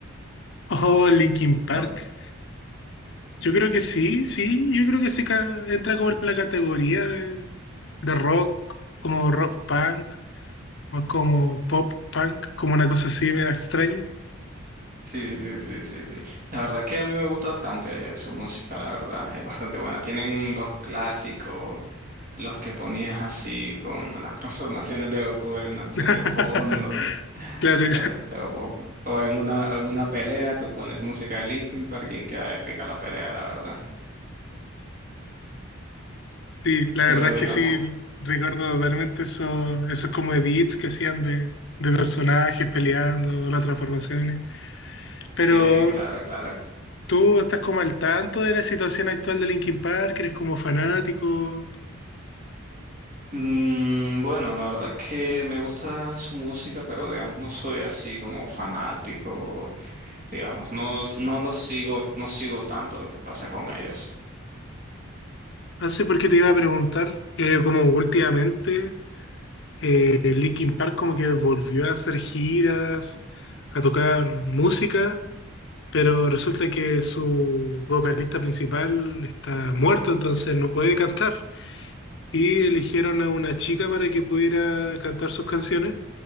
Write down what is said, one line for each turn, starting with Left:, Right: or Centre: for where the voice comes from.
Left: Oh, Linkin Park.
Right: O-
Left: Yo creo que sí, sí, yo creo que sí ca- entra como en la categoría de, de rock, como rock punk. más como pop, punk, como una cosa así media extraña.
Right: sí, sí, sí, sí, sí. La verdad que a mí me gusta bastante su música, la verdad, es bastante buena. Tienen los clásicos. los que ponías así con las <laughs> transformaciones de Goku en una acción
Left: <laughs>
Right: de fondo,
Left: Claro,
Right: la-
Left: claro.
Right: o, o en una, o en una pelea tú pones música de Linkin Park y queda épica la pelea, la verdad.
Left: Sí, la
Right: Pero
Left: verdad es
Right: digamos,
Left: que sí, recuerdo totalmente eso, esos como edits que hacían de, de personajes peleando, las transformaciones. Pero
Right: sí, claro, claro.
Left: tú estás como al tanto de la situación actual de Linkin Park, eres como fanático.
Right: Mm, bueno, la verdad que me gusta su música, pero digamos, no soy así como fanático, digamos, no, no lo sigo, no sigo tanto lo que pasa con ellos.
Left: No sé por qué te iba a preguntar, que como últimamente eh, Linkin Park como que volvió a hacer giras, a tocar música. pero resulta que su vocalista principal está muerto, entonces no puede cantar. Y eligieron a una chica para que pudiera cantar sus canciones.